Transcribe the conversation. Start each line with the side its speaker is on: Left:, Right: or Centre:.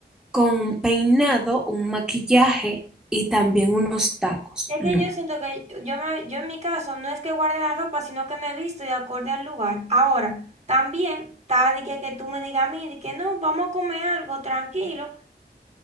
Centre: con un peinado, un maquillaje y también unos tacos.
Right: es
Centre: No.
Right: que yo siento que yo me, yo en mi caso no es que guarde la ropa, sino que me visto de acorde al lugar. Ahora, también está de que, que tú me digas a mí de que no, vamos a comer algo tranquilo.